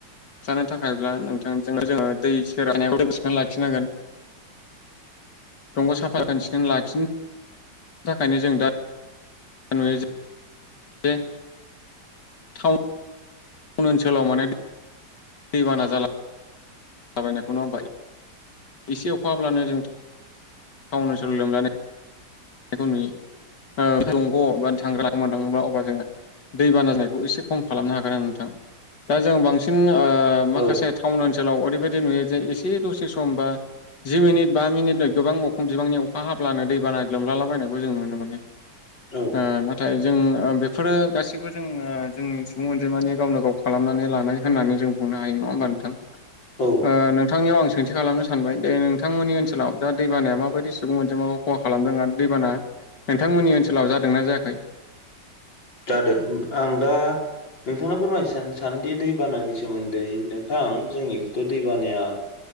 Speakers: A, on the left; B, on the left.
A: होबथानो थाखायब्ला नोंथांजोंनो जोङो दै सेर बायनायखौ थिखोनानै लाखिनांगोन <unintelligible> दंग' साखोन सिखोन लाखिन <unintelligible> थाखायनो जों दा नुयो जे दे तावन ओनसोलाव माने दैबाना जाला बायनायखौ नङा ओमबा एसे अखाब्लानो जों टाउन ओनसोलाव लोमजानाय खौ नुयो ओ दग' बा थांग्रा दाङोबा अब्ला जोङो <unintelligible> दैबाना जानायखौ एसे खम खालामनो हागोन नोंथां दा जों बांसिन ओ माखासे
B: औ
A: टाउन ओनसोलाव ओरैबायदि नुयो जे एसे दसे समबा जि मिनिट बा मिनिट गोबां अखम बिबांनि अखा हाब्लानो दैबाना लोमलालाबायनायखौ जों नुनो मोनो ओ नोंथां
B: औ
A: <unintelligible> नाथाय जों बेफोरो गासैबो जों जोंनि सुबुं अनजिमानि गावनो गाव खालामनानै लानाय होननानै जों बुंनो हायो नङा ओमबा नोंथां?
B: औ
A: ओ नोंथांनियाव आं सोंथि खालामनो सानबाय दे नोंथांमोननि ओनसोलाव दा दैबानाया माबायदि सुबुं मोनजिमाखौ खहा खालामदों आरो दैबाना नोंथांमोननि ओनसोलाव जादोंना जायाखै?
B: जादों आं दा नोंथांनो फोरमाय सानोदि दैबानानि सोमोन्दै नोंथां। जोंनिथ' दै बानाया